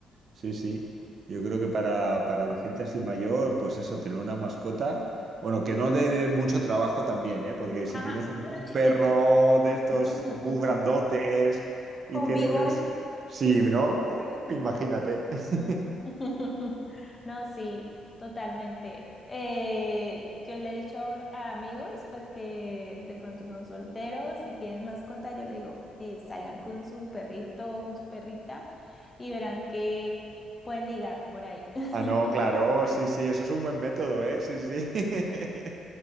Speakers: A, on the right (about 50°); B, on the left (about 20°).
A: Sí, sí. Yo creo que para, para la gente así mayor, pues eso, tener una mascota, bueno, que no dé mucho trabajo también, ¿eh? Porque si
B: Ajá,
A: tienes
B: un-
A: un,
B: uno
A: un
B: chiquito.
A: perro de estos
B: <laughs>
A: muy grandotes y
B: Un
A: que
B: bigol
A: necesitas... Sí,
B: que es...
A: ¿no? Uh, imagínate.
B: No,
A: <laughs>
B: no. <laughs> No, sí, totalmente. Eh, yo le he dicho a, a amigos, pues que de pronto son solteros y tienen mascota, yo le digo, eh, salgan con su perrito o con su perrita y verán que pueden ligar por ahí. <laughs>
A: Ah, no, claro, sí, sí, eso es un buen método, ¿eh? Sí, sí. <laughs>